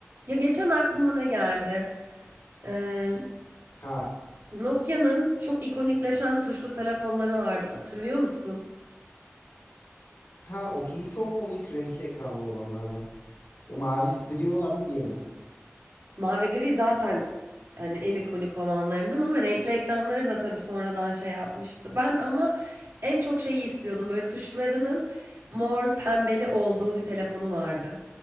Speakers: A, on the right; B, on the left.
A: Ya geçen aklıma ne geldi? Ee,
B: Ha.
A: Nokia'nın çok ikonikleşen tuşlu telefonları vardı. Hatırlıyor musun?
B: Ha 33 10 mu o ilk renkli ekranlı olanlar mı? O mavi gri olan mı diğeri mi?
A: Mavi gri zaten hani en ikonik olanlarından ama renkli ekranları da tabii sonradan şey yapmıştı. Ben ama en çok şeyi istiyordum. Böyle tuşlarının mor pembeli olduğu bir telefonu vardı.